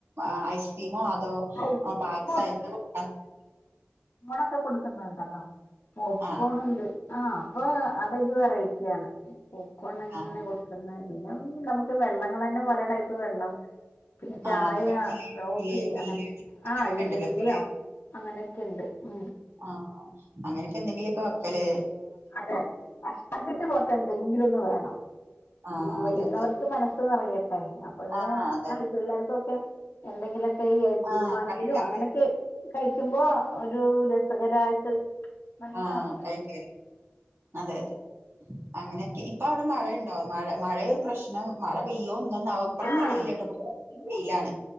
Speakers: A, on the right; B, on the left.
A: അ ഐസ്ക്രീമോ അതോ
B: ഐസ്ക്രീം
A: പായസ എന്തൊ <unintelligible>
B: ണൊക്കെ കൊടുക്കുന്നുണ്ടല്ലോ പോപ്കോണുണ്ട്
A: ആഹ്
B: ആ അപ്പൊ അതൊരു വെറൈറ്റി ആണ് പോപ്കോൺ ഇങ്ങനെ
A: ആഹ്
B: കൊടുക്കുന്നത് പിന്നെ നമുക്ക് വെള്ളങ്ങളന്നെ പല ടൈപ്പ് വെള്ളം പിന്നെ ചായ
A: ആഹ് അതേപോലെ ജിലേബി
B: കോഫി അങ്ങനെ ആഹ്
A: ജിലേബിയൊക്കെ
B: ജിലേബിയോ
A: ഉണ്ടല്ലോ ഇപ്പ
B: അങ്ങനെയൊക്കെ ഉണ്ട് ഉം
A: ആഹ് അങ്ങനെയൊക്കെ എന്തെങ്കിലൊക്കെ വെക്കലേ
B: അതെ നഷ്ടപ്പെട്ട് പോവാത്ത എന്തെങ്കിലും ഒന്ന് വേണം
A: ആഹ്
B: ഈ വരുന്നവർക്ക്
A: അതെ അതെ
B: മനസ് പറയട്ടെ അപ്പള്
A: ആഹ് അതെ
B: ആ ഈ പിള്ളേർക്കൊക്കെ എന്തെങ്കിലൊ ക്കെ ഈ ഐസ്ക്രീം
A: ആഹ്
B: ആണെങ്കിലോ
A: കഴിക്കാൻ
B: അങ്ങനെയൊക്കെ കഴിക്കുമ്പോ ഒരു രസകരായിട്ട് നല്ലതാണല്ലോ
A: ആഹ് കഴിക്കല് അതെ അതെ അങ്ങനെയൊക്കെ ഇപ്പൊ അവിടെ മഴയ്ണ്ടോ മഴ മഴയൊരു പ്രശ്നം മഴ പെയ്യോ <unintelligible> ന്നാവോ ഇപ്പഴന്നും
B: ആഹ്
A: മഴയില്ല ട്ടോ
B: ഇല്ലല്ല
A: <unintelligible> വെയിലാണ്